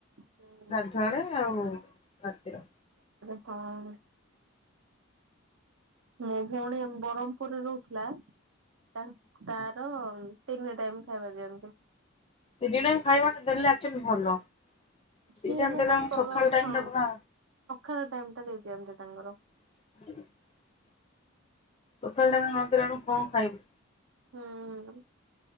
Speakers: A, on the right (about 70°); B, on the left (about 30°).
A: ହୁଁ
B: ଗାଧୁଆ
A: ହୁଁ
B: ବେଳେ ଆଉ ରାତିରେ।
A: ଅ ମୋ ଭଉଣୀ ବ୍ରହ୍ମପୁରରେ ରହୁଥିଲା। ତାଙ୍କ ତାର ହ ତିନି ଟାଇମ୍ ଖାଇବା ଦିଅନ୍ତି।
B: ତିନି ଟାଇମ ଖାଇବା ଟେ ଦେଲେ ଏକାଚୁଲି ଭଲ।
A: ସିଏ
B: ଦି ଟାଇମ୍
A: ନା
B: ଦେଲେ
A: ତାଙ୍କର
B: ଆମକୁ ସକାଳ ଟାଇମ୍
A: ହଁ।
B: ଟା ପୁରା
A: ଖରା ଟାଇମ ଟା ଦେଇ ଦିଅନ୍ତି ତାଙ୍କର।
B: <inaudible> ସଖାଳେ ଆମେ ନନ୍ତି ଆଣୁ କଣ ଖାଇବୁ।
A: ହୁଁ